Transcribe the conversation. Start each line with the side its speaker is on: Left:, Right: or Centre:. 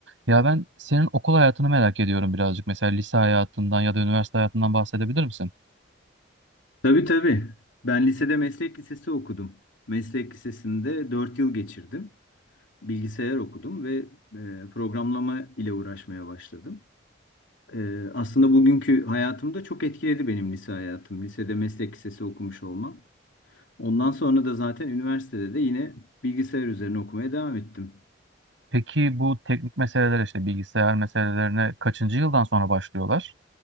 Right: Ya ben senin okul hayatını merak ediyorum birazcık. Mesela lise hayatından ya da üniversite hayatından bahsedebilir misin?
Left: Tabii tabii. Ben lisede meslek lisesi okudum. Meslek lisesinde 4 yıl geçirdim. Bilgisayar okudum ve e, programlama ile uğraşmaya başladım. E, aslında bugünkü hayatımda çok etkiledi benim lise hayatım. Lisede meslek lisesi okumuş olmam. Ondan sonra da zaten üniversitede de yine bilgisayar üzerine okumaya devam ettim.
Right: Peki bu teknik meseleler işte bilgisayar meselelerine kaçıncı yıldan sonra başlıyorlar